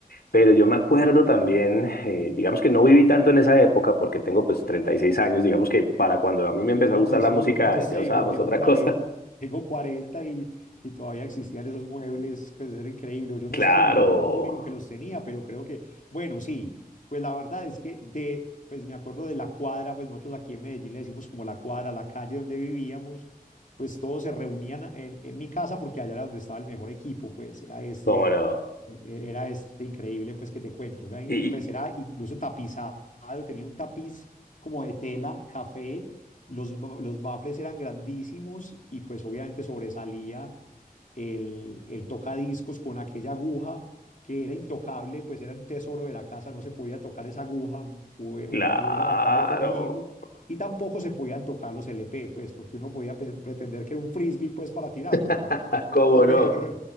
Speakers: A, on the left; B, on the left.
A: pero yo me acuerdo también, eh, digamos que no viví tanto en esa época porque tengo pues 36 años, digamos que para cuando a mí me empezó
B: No,
A: a gustar
B: pues es
A: la
B: que
A: música
B: yo cuántos
A: ya
B: tengo,
A: usábamos
B: tengo
A: otra
B: 40,
A: cosa. <laughs>
B: tengo cuarenta y, y todavía existían esos muebles, pues era increíble. O Yo no
A: Claro,
B: sé si mi papá era el único que los tenía, pero creo que, bueno, sí, pues la verdad es que de, pues me acuerdo de la cuadra, pues nosotros aquí en Medellín le decimos como la cuadra, la calle donde vivíamos, pues todos se reunían en, en mi casa porque allá era donde estaba el mejor equipo, pues era este
A: cómo no.
B: e-, Era este increíble, pues que te cuento, era, in-
A: Y y-
B: pues era incluso tapizado, tenía un tapiz como de tela, café, los, ba- los baffles eran grandísimos y pues obviamente sobresalía el, el tocadiscos con aquella aguja que era intocable, pues era un tesoro de la casa, no se podía tocar esa aguja, hubie-
A: claro,
B: hubieran acabado conmigo. Y tampoco se podían tocar los LP, pues, porque uno podía pe- pretender que era un frisbee, pues, para tirarlo,
A: <laughs>
B: no.
A: cómo
B: No me,
A: no.
B: <laughs> no,